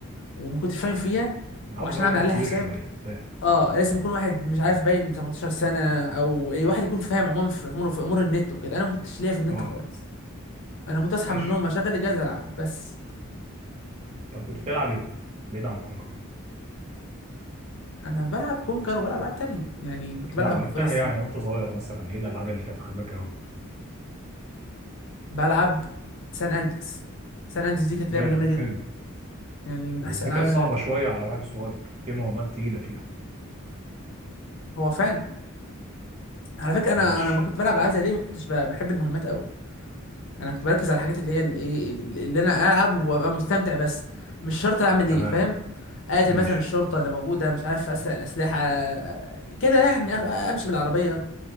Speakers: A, on the left; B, on the right.
A: وما كنتش فاهم فيها
B: انا
A: وعشان
B: عاوز واحد
A: اعمل عليها
B: كبير
A: حساب
B: شويه فاهم
A: اه لازم يكون واحد مش عارف باين 18 سنه او اي واحد يكون فاهم عموما في في امور في امور النت وكده انا ما كنتش ليا في النت
B: اه
A: خالص انا كنت اصحى
B: ماشي
A: من النوم اشغل الجهاز العب بس
B: طب كنت تلعب ايه بعيد عن كونكر
A: انا بلعب كونكر وبلعب العاب تانية يعني كنت
B: لا
A: بلعب
B: وقتها
A: فايس
B: يعني وانت صغير مثلا ايه الالعاب اللي كانت عاجباك قوي
A: بلعب سان اندريس سان اندريس دي كانت
B: جاتا
A: لعبه جميله
B: حلو
A: جدا يعني من
B: بس
A: احسن
B: دي
A: الالعاب
B: كانت
A: اللي
B: صعبه
A: انا لعبتها
B: شويه على واحد صغير في مهمات تقيله فيها
A: هو فعلا على فكره انا
B: ماشي
A: انا ما كنت بلعب العاب زي دي ما كنتش ب- بحب المهمات قوي انا كنت بركز على الحاجات اللي هي الايه اللي انا العب وابقى مستمتع بس مش شرط اعمل ايه
B: تمام
A: فاهم اقتل
B: ماشي
A: مثلا الشرطه اللي موجوده مش عارف اسرق الاسلحه كده يعني أخ- امشي بالعربيه